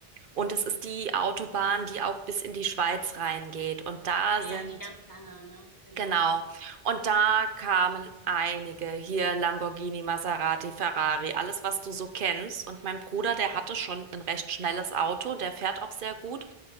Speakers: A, on the right; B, on the left.
A: Und das ist die Autobahn, die auch bis in die Schweiz reingeht. Und da
B: Ah
A: sind
B: ja, die ganz lange, ne? Genau.
A: Genau. Und da kamen einige hier, Lamborghini, Maserati, Ferrari, alles, was du so kennst. Und mein Bruder, der hatte schon ein recht schnelles Auto, der fährt auch sehr gut.